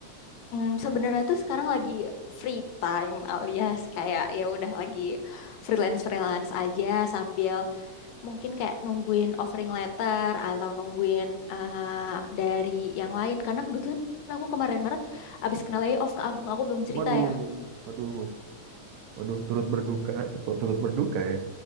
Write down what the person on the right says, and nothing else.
Waduh,
waduh, waduh, turut berduka. Kok turut berduka ya?